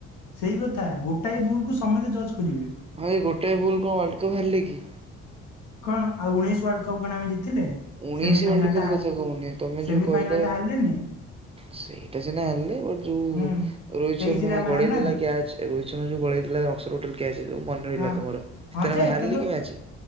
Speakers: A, on the left (about 85°); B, on the right (about 20°).
A: ସେଇ କଥା ଗୋଟାଏ ଭୁଲ କୁ ସମେତେ ଜଜ୍ କରିବେ।
B: ଭାଇ ଗୋଟେ ଭୁଲ କଣ ୱାର୍ଲଡ କପ୍ ହାରିଲି କି।
A: କଣ ଆଉ ଉଣେଇଶ ୱାର୍ଲଡ କପ୍ କଣ ଆମେ ଜିତିଲେ?
B: ଉଣେଇଶ
A: ସେମିଫାଇନାଲ
B: ୱାର୍ଲଡ କପ୍
A: ଟା
B: କଥା କହୁନି ତମେ
A: ସେମିଫାଇନାଲ
B: ଯୋଉ କହିଲ?
A: ଟା ହାରିଲେନି
B: ସେଇଟା ସିନା ହେଲେ ବଟ ଯୋଉ
A: ହୁଁ।
B: ରୋହିତ
A: ତେଇଶିରେ
B: ଶର୍ମା
A: ଆମେ
B: ଗଡେଇ
A: ହାରିନାହାନ୍ତି
B: ଦେଲା କୟାଚ। ରୋହିତ ଶର୍ମା ଯୋଉ ଗଳେଇଲା ଅସରୋଟଲ୍ କ୍ୟାଚ ମନେ ରହିଲ
A: ହଁ
B: ତମର
A: ହଁ
B: ସେଥିରେ
A: ଯେ
B: ହାରିଲି
A: କିନ୍ତୁ
B: ମ୍ୟାଚ।